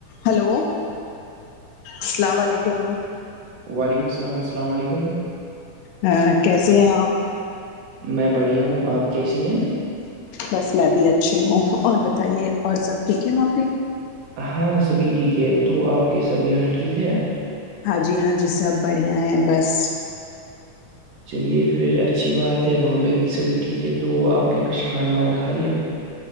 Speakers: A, on the left; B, on the right.
A: ہلو السلام علیکم
B: وعلیکم السلام السلام علیکم
A: ا کیسے ہیں آپ
B: میں بڑھیا ہوں آپ کیسی ہیں
A: بس میں بھی اچھی ہوں اور بتائیے اور سب ٹھیک ہے وہاں پہ
B: ہاں سبھی ٹھیک ہے تو آپ کے سب یہاں ٹھیک ہے
A: ہاں جی ہاں جی سب بڑھیا ہیں بس
B: چلیے پھر اچھی بات ہے وامبے بھی سبھی ٹھیک ہے تو آپ نے کچھ کھانا وانا کھا لیا